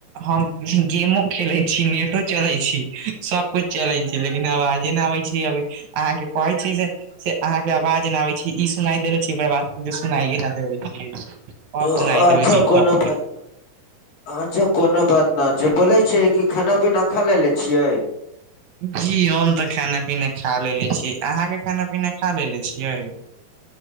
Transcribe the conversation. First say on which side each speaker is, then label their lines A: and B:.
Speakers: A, on the right; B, on the left.
A: हम गेमो खेलै छी नेटो चलय छी सब कुछ चलय छी लेकिन अवाजे ने आबै छै। जी अभी, अहाँके कहै छी जे से अहाँके आवाज नय आबै छै ई सुनाइ देेले छी ओकर बाद कुछो सुनाइए नय देबै छियै। अब
B: ओ
A: सुनाइ
B: अच्छा
A: देबै छै सब।
B: कोनो बात नै। अच्छा कोनो बात न छै। बोलै छियै कि खना पीना खा लेले छियै?
A: जी हम तऽ खाना पीना खा लेले छी अहाँ के खाना पीना खा लेले छियै?